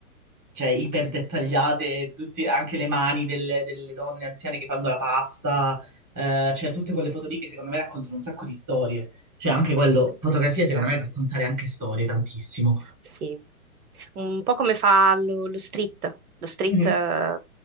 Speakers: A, in the centre; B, on the right.
A: cioè, iper dettagliate, tutti- anche le mani delle, delle donne anziane che fanno la pasta, eh, cioè tutte
B: sì,
A: quelle foto lì che secondo me raccontano un sacco di storie. Cioè, anche quello, fotografia
B: bellissima.
A: secondo me raccontare anche storie tantissimo.
B: Sì, un po' come fa lo, lo street, lo street
A: Mhm,
B: eh,